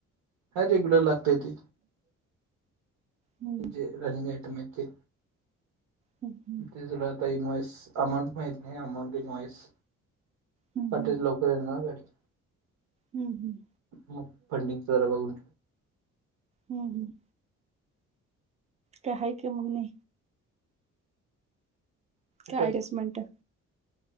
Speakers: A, on the right; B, on the right.
A: ह रेग्युलर लागत ते ते
B: हं
A: जे रनिंग आटम ते
B: हं हं
A: ते ज आता इनवइस अमाऊंट माहत नाही अमाऊंट इनवइस
B: हं
A: कटल
B: हं
A: लवकर येणार ना गाडी
B: हम्म हम्
A: मग फंडिंग जरा बघून
B: हम्म.. काय हाय के म्हणे
A: ठेवायचं
B: कार्डिस्टमंट